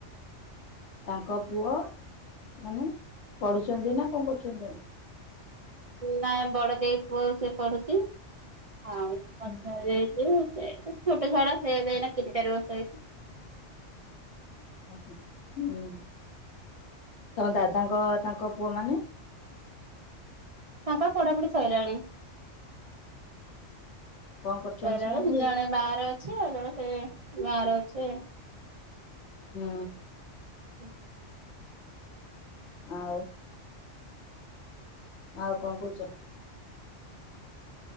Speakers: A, on the left (about 65°); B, on the right (about 50°).
A: ତାଙ୍କ ପୁଅ ମାନେ ପଢୁଛନ୍ତି ନା କଣ କରୁଛନ୍ତି ନା?
B: ନାଇ ବଡ଼ ଦେଇ ପୁଅ ସେ ପଢ଼ୁଛି ଆଉ <inaudible> ଛୋଟ
A: ହୁଁ
B: ଛୁଆଟା ସେ ଏଇଲା ତିନି ଚାରି ବର୍ଷ ହେଇଛି।
A: ଓହୋ ହିଁ ତମ ଦାଦାଙ୍କ ତାଙ୍କ ପୁଅ ମାନେ?
B: ତାଙ୍କ ପଢ଼ାପଢ଼ି ସଇଲାଣି
A: କଣ କରୁଛନ୍ତି
B: ସଇଲାଣି
A: ସେମାନେ
B: ଦି
A: ଏବେ?
B: ଜଣ ବାହାରେ ଅଛି ଆଉ ଜଣେ ସେ ଗାଁରେ ଅଛି।
A: ହୁଁ
B: ହୁଁ
A: ଆଉ ଆଉ କଣ କହୁଛ?